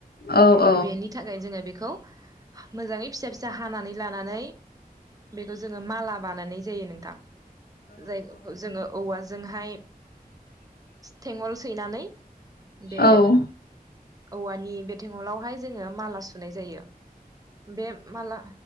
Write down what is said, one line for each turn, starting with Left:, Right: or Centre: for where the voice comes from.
Left: औ औ
Right: बेनि थाखाय जोङो बेखौ मोजाङै फिसा फिसा हानानै लानानै बेखौ जोङो माला बानायनाय जायो नोंथां जाय जोङो औवाजोंहाय थेङल सैनानै बे
Left: औ
Right: औवानि बे थेङलावहाय जोङो माला सुनाय जायो। बे माला